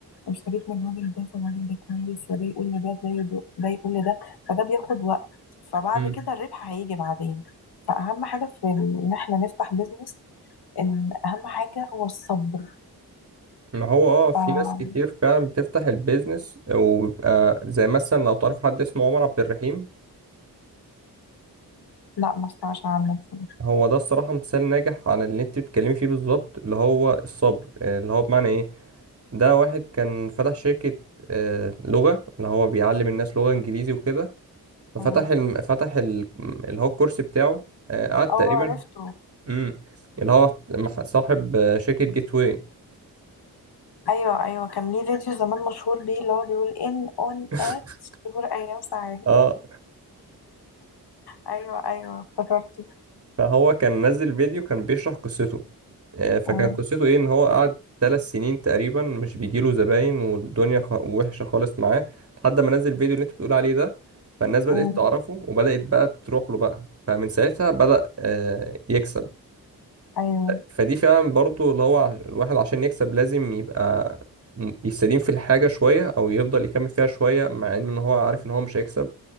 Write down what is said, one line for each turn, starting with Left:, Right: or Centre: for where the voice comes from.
Left: اشتريت من الراجل ده فالراجل ده كويس فده يقول لده ده يدو- ده يقول لده فده بياخد وقت فبعد
Right: امم
Left: كده الربح هيجي بعدين فأهم حاجة في ال- إن احنا نفتح بيزنس إن أهم حاجة هو الصبر
Right: ما هو اه في
Left: ف-
Right: ناس كتير فعلا بتفتح البيزنس وبيبقى زي مثلا لو تعرف حد اسمه عمر عبد الرحيم
Left: لا ما اسمعش عنه بصراحة
Right: هو ده الصراحة مثال ناجح عن اللي انت بتتكلمي فيه بالظبط اللي هو الصبر آه، اللي هو بمعنى ايه ده واحد كان فتح شركة آه، لغة اللي هو بيعلم الناس لغة انجليزي وكده ففتح
Left: مم.
Right: الم... فتح ال... اللي هو الكورس بتاعه آه، قعد
Left: اه
Right: تقريبا
Left: عرفته
Right: امم اللي هو مح- صاحب آه، شركة جيت واي
Left: أيوه أيوه كان ليه فيديو زمان مشهور بيه اللي هو بيقول إن أون
Right: <laughs>
Left: آت شهور أيام ساعات
Right: اه
Left: أيوه أيوه افتكرته
Right: فهو كان نزل فيديو كان بيشرح قصته آه، فكان
Left: مم.
Right: قصته ايه ان هو قعد ثلاث سنين تقريبا مش بيجيله زباين والدنيا خ... وحشة خالص معاه لحد ما نزل الفيديو اللي انت بتقول عليه ده فالناس بدأت
Left: مم.
Right: تعرفه وبدأت بقى تروح له بقى فمن ساعتها بدأ آه، يكسب
Left: أيوه
Right: فدي فعلا برضو اللي هو ع- الواحد عشان يكسب لازم يبقى م- يستديم في الحاجة شوية او يفضل يكمل فيها شوية مع ان هو عارف ان هو مش هيكسب